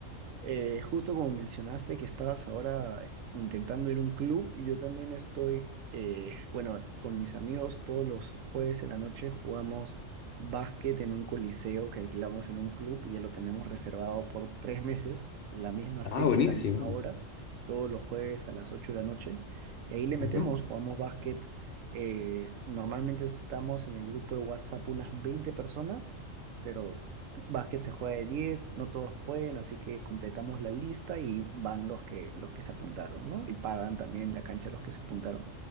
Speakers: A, on the right (about 85°); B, on the left (about 55°).
A: Eh, justo como mencionaste que estabas ahora intentando ir a un club, yo también estoy, eh, bueno, con mis amigos todos los jueves en la noche jugamos básquet en un coliseo que alquilamos en un club, ya lo tenemos reservado por tres meses, la misma fecha
B: Ah, buenísimo.
A: y la misma hora, todos los jueves a las 8 de la noche, y ahí le metemos,
B: Ujú.
A: jugamos básquet, eh, normalmente estamos en el grupo de WhatsApp unas veinte personas pero Básquet se juega de 10, no todos pueden, así que completamos la lista y van los que, los que se apuntaron, ¿no? Y pagan también la cancha los que se apuntaron.